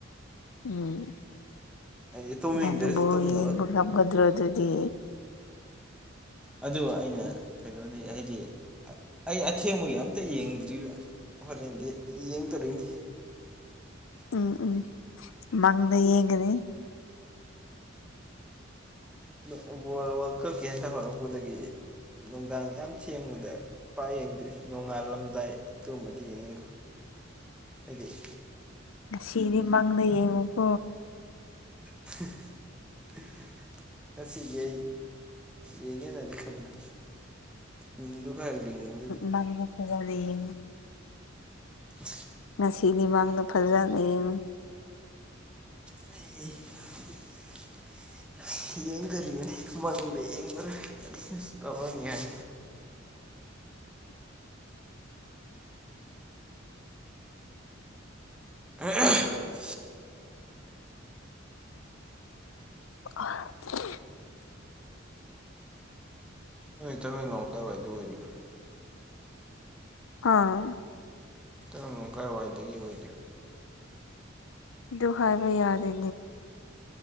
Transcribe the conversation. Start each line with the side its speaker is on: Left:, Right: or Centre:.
Left: ꯎꯝ
Centre: ꯍꯥꯏꯗꯤ ꯇꯨꯝꯅꯤꯡꯗ꯭ꯔꯁꯨ
Left: ꯕꯕꯨꯒꯞ
Centre: ꯇꯨꯝꯅꯕ
Left: ꯀꯗ꯭ꯔꯣꯗꯨꯗꯤ
Centre: ꯑꯗꯨ ꯑꯩꯅ ꯀꯩꯅꯣꯗꯤ ꯍꯥꯏꯗꯤ ꯑꯩ ꯑꯊꯦꯡꯕꯒꯤ ꯑꯝꯇ ꯌꯦꯡꯗ꯭ꯔꯤꯕ ꯍꯣꯔꯦꯟꯗꯤ ꯌꯦꯡꯗꯔꯤꯅꯤ
Left: ꯎꯝ ꯎꯝ ꯃꯥꯡꯗ ꯌꯦꯡꯒꯅꯦ
Centre: ꯋꯥ ꯋꯥꯔ ꯀꯛꯀꯤ ꯍꯟꯇ ꯍꯧꯔꯛꯄꯗꯒꯤ ꯅꯨꯡꯗꯥꯡ ꯌꯥꯝ ꯊꯦꯡꯕꯗ ꯏꯄꯥ ꯌꯦꯡꯗ꯭ꯔꯤ ꯅꯣꯡꯉꯥꯜꯂꯝꯗꯥꯏ ꯑꯗꯨꯒꯨꯝꯕꯗꯤ ꯌꯦꯡꯉꯤꯀꯣ ꯑꯗꯨꯗꯤ
Left: ꯁꯤꯗꯤꯃ ꯂꯩꯌꯦꯉꯀꯣ
Centre: ꯍ <unintelligible> <inaudible> ꯉꯁꯤꯁꯤ ꯌꯦꯒꯦꯅꯗꯤ ꯈꯟꯕꯅꯤ ꯎꯝ ꯑꯗꯨ ꯈꯔ ꯂꯤꯡꯕꯗꯨꯗꯤ
Left: ꯃꯥꯡꯂꯤ ꯐꯖ ꯂꯩꯌꯦ
Centre: <inaudible>
Left: ꯉꯁꯤꯗꯤ ꯃꯥꯡꯗ ꯐꯖꯅ ꯌꯦꯡꯉ
Centre: <inaudible>
Left: <inaudible>
Centre: ꯌꯦꯡꯗꯔꯤꯕꯅꯤ ꯃꯪꯗ ꯌꯦꯡꯕ꯭ꯔꯥ ꯀꯔꯤꯅ ꯇꯧꯔꯅꯤ ꯍꯥꯏ ꯑ
Left: <unintelligible>
Centre: ꯇꯃꯦꯡꯂꯣꯡ ꯀꯥꯏ ꯋꯥꯏꯗ ꯑꯣꯏꯔꯤꯕ
Left: ꯑꯥ
Centre: ꯇꯅꯣ ꯀꯥꯏꯋꯥꯏꯗꯒꯤ ꯑꯣꯏꯔꯤꯣ
Left: ꯗꯨ ꯍꯥꯢꯕ ꯌꯥꯗꯦ